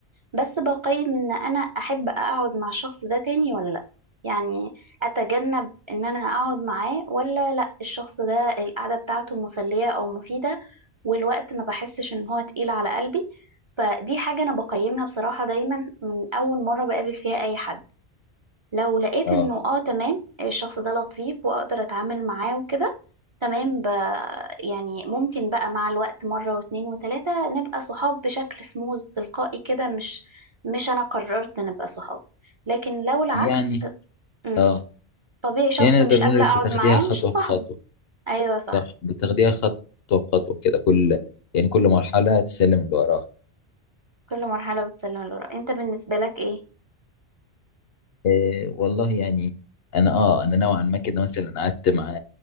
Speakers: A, on the right (about 45°); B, on the left (about 65°).
A: بس بقيم ان انا احب اقعد مع الشخص ده تاني ولا لا يعني اتجنب ان انا اقعد معاه ولا لا الشخص ده القعده بتاعته مسليه او مفيده والوقت ما بحسش ان هو تقيل على قلبي فدي حاجه انا بقيمها بصراحه دايما من اول مره بقابل فيها اي حد لو لقيت
B: اه
A: انه اه تمام الشخص ده لطيف واقدر اتعامل معاه وكده تمام ب... يعني ممكن بقى مع الوقت مرة واتنين وتلاتة نبقى صحاب بشكل سموز تلقائي كده مش مش انا قررت نبقى صحاب لكن لو العكس
B: يعني
A: امم
B: اه
A: طبيعي شخص
B: يعني
A: مش
B: نقدر
A: قابلة
B: نقول لك
A: اقعد
B: بتاخديها
A: معاه
B: خطوة
A: مش صاحبه
B: بخطوة
A: ايوه صح
B: صح بتاخديها خطوة بخطوة كده كل يعني كل مرحلة تسلم اللي وراها
A: كل مرحلة بتسلم لورا انت بالنسبة لك ايه
B: إيه والله يعني انا اه انا نوعا ما كده مثلا قعدت مع